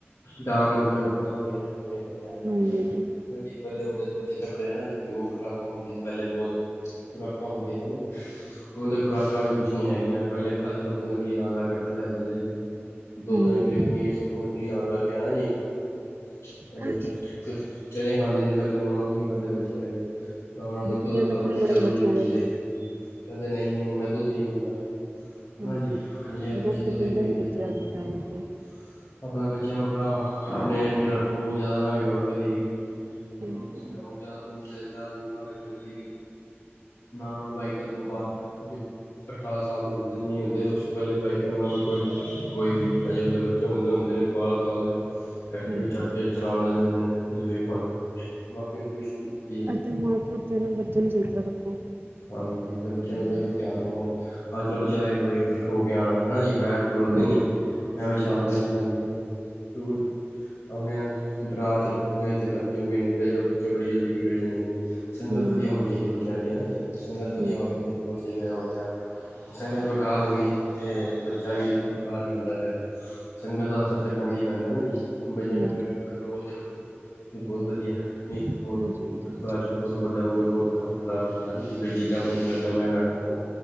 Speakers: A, on the left (about 85°); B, on the right (about 50°).
A: ਡਾਂਗ ਲੱਤਾਂ ਹੁੰਦੀਆਂ ਨੇ। <unintelligible> ਬਿਲਕੁਲ
B: ਹਾਂਜੀ ਹਾਂਜੀ
A: ਜੀ ਪਹਿੱਲੇ ਹੁੰਦੇ ਸੀ ਬੱਚੇ ਤਕੜੇ ਹੇਨਾ ਜੀ, ਉਹ ਖੁਰਾਕ ਹੁੰਦੀ ਸੀ ਪਹਿਲੇ ਬੋਹਤ। ਖੁਰਾਕਾਂ ਹੁੰਦੀਆਂ ਸੀ ਹਨਾ ਜੀ। ਹੁਣ ਤੇ ਖੁਰਾਕਾ ਵੀ ਕੁਛ ਨੀ ਹੈਗੀਆ ਪਹਿਲੇ ਅਜੇ ਸਭ ਕੁ ਨਿਕਲੀ ਆਉਣ ਲੱਗ ਗਿਆ ਪਹਿਲੇ ਆਦਾ ਸੀੇ ਅਸਲੀ। ਦੁੱਧ
B: ਹਾਂਜੀ
A: ਨਕਲੀ,
B: ਹਾਂਜੀ
A: ਪਨੀਰ ਸਭ ਕੁਝ ਨਕਲੀ ਆਉਣ ਲੱਗ ਗਿਆ ਹਨਾ ਜੀ <unintelligible>
B: ਹਾਂਜੀ
A: ਚਣੇ ਖਾਂਦੇ ਸੀ ਪਹਿਲੇ ਹੁਣ ਉਹ ਵੀ ਨੀ ਖਾਂਦੇ ਬੱਚੇ ਉਹਨਾਂ ਨੂੰ
B: ਬੱਚਿਆਂ
A: ਦੁੱਧ ਪਿਲਾਦੋ
B: ਦੇ ਨਖਰੇ
A: ਕ
B: ਬੜੇ ਨੇ ਬੱਚਿਆਂ ਦੇ
A: ਕਹਿੰਦੇ ਨਹੀਂ-ਨਹੀਂ ਮੈਂ ਦੁੱਧ ਨੀ ਪੀਂਦਾ।
B: ਹਾਂਜੀ
A: ਹਨਾ ਜੀ, ਹਾਂਜੀ ਬੱਚੇ
B: ਤੇ
A: ਦੁੱਧ ਇ ਨੀ ਪੀਂਦੇ
B: ਬੱਚੇ
A: <unintelligible>
B: ਅੱਜ ਦੇ ਟਾਈਮ ਤੇ
A: ਆਪਣੇ ਬੱਚਿਆਂ ਨੂੰ ਆਪਣਾ ਆਪਣੇ ਅੰਡਰ ਰੱਖੋ ਜਾਦਾ ਨਾ ਵਿਗਾੜੋ ਕਦੇ ਵੀ। ਉਹਨੂੰ
B: ਹਾਂਜੀ
A: ਨੂੰ ਸਮਝਾਓ ਜਾਦਾ ਦੂਰ ਚਲੇ ਜਾਦਾ ਦੂਰ ਨਾ ਭੇਜੋ ਕਦੀ ਵੀ। ਨਾਲੋਂ ਵਹੀਕਲ ਤੋਂ ਬਾਹਰ ਜਿ ਅਠਾਰਾਂ ਸਾਲ ਦੇ ਹੁੰਦੇ ਨਹੀਂ ਹੁੰਦੇ ਉਸ ਤੋਂ ਪਹਿਲੇ ਵਹੀਕਲ ਨਾ ਦੋ ਕੋਈ ਵੀ ਅੱਜ ਕੱਲ ਦੇ ਬੱ ਚੇ ਦੇ ਹੁੰਦੇ ਨੇ ਬਾਰਾਂ ਸਾਲ ਦੇ। ਐਕਟਵੇ
B: ਹਾਂਜੀ
A: ਚੱਕ
B: ਹਾਂਜੀ
A: ਕੇ ਚਲਾਉਣ ਲੱਗ ਜਾਂਦੇ ਨੇ ਤੁਸੀਂ ਵੇਖਿਆ ਹੋਣਾ ਮਾਂ ਪਿਓ ਨੇ ਪੂਰੀ ਛੂਟ ਦਿ
B: ਐ ਤੇ ਮਾਂ ਪਿਓ ਅਤੇ ਨਾ ਬੱਚਿਆਂ ਨੂੰ ਸਹੀ ਤਰ੍ਹਾਂ ਰੱਖੋ।
A: ਹਾਂਜੀ ਆਪਣੇ ਬੱਚਿਆਂ ਨੂੰ ਜ਼ਰੂਰ ਧਿਆਨ ਦਵੋ ਅੱਜ ਕੱਲ੍ਹ ਬੱਚਿਆਂ ਦਾ ਕੀ ਪਤਾ ਕਿੱਥੋਂ ਹੋ ਕੇ ਆਣ ਹਨਾ ਜੀ। ਪੈਰ ਪੂਰ ਲੱਗਦੇ
B: ਹਾਂਜੀ
A: ਨੀ
B: ਹਾਂਜੀ
A: ਐਵੇਂ ਚਲਾਉਣ ਲੱਗ ਜਾਂਦੇ ਨੇ ਪੁਲ ਆਪਣੇ ਡਰਾ ਚ ਰੱਖੋਗੇ ਤੇ ਬਚੋਗੇ ਨੀ, ਅੱਜ-ਕੱਲ੍ਹ ਬੱਚੇ ਬੜੀ ਜਲਦੀ ਵਿਗੜ ਜਾਂਦੇ ਨੇ।
B: ਹੂੰ
A: ਸੰਗਤ ਵਧੀਆ ਹੋਣੀ ਚਾਹੀਦੀ ਐ ਬੱਚਿਆਂ ਦੀ ਹੈਨਾ ਜੀ, ਸੰਗਤ ਵਧੀਆ
B: ਹੂੰ ਇਹ
A: ਹੋਏਗੀ ਬਿਲਕੁਲ ਸਹੀ ਹੋਏਗਾ ਬੱਚਾ। ਸੰਗਤ ਬੇਕਾਰ ਹੋਈ, ਤੇ ਬੱਚਾ ਵੀ ਬੇਕਾਰ ਹੀ ਹੁੰਦਾ ਫਿਰ। ਸੰਗਤ ਦਾ ਅਸਰ ਤੇ ਪੈਂਦਾ ਹੀ ਪੈਂਦਾ ਨਾ ਜੀ, ਬੱਚਿਆਂ
B: ਹਾਂਜੀ
A: ਦੇ ਉਪਰ। ਕੰਟਰੋਲ ਚ ਰੱਖੋ ਕਿ ਬਹੁਤ ਵਧੀਆ, ਨਹੀਂ ਤਾਂ
B: ਹਾਂਜੀ
A: ਬਹੁਤ
B: ਹਾਂਜੀ ਹਾਂਜੀ
A: ਬਾਦ ਚੋਂ ਬਹੁਤੀ ਵੱਡਾ ਹੋ ਗਿਆ ਬਹੁਤ ਕੰਮ ਖਰਾਬ ਕਰਦਾ, ਜਿਵੇੰ ਮੈਂ ਨਾ ਜ਼ਿੱਦਾਂ ਬਹੁਤ ਕਰਦਾ ਮੈਂ ਲੈਣਾ ਫੋਨ।